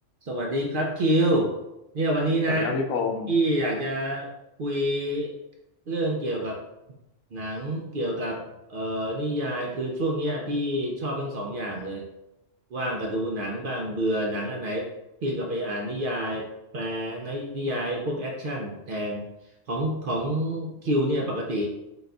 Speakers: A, on the right (about 55°); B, on the left (about 85°).
A: สวัสดีครับคิวเนี่ยวันนี้นะ
B: สวัสดีครับพี่พงศ์
A: พี่อยากจะคุยเรื่องเกี่ยวกับหนังเกี่ยวกับเอ่อนิยายคือช่วงเนี้ยพี่ชอบทั้งสองอย่างเลยว่างก็ดูหนังบ้างเบื่อหนังอันไหนพี่ก็ไปอ่านนิยายแปลในนิยายพวกแอคชั่นแทนของของคิวเนี่ยปกติ